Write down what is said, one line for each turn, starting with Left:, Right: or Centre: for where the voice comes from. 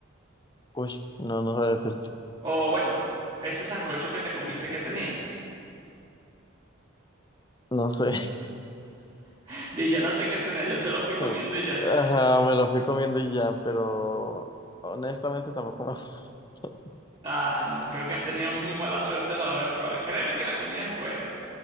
Left: Uy, no, no sabía decirte.
Right: O bueno, ese sancocho que te comiste que tenía.
Left: No sé.
Right: <laughs> di yo no sé qué tenía, yo solo
Left: <laughs>
Right: fui comiendo y ya.
Left: Ajá, me lo fui comiendo y ya, pero honestamente tampoco me... <laughs> gustó.
Right: Ah, no, creo que has tenido muy mala suerte a la hora de probar. Créeme que la comida es buena.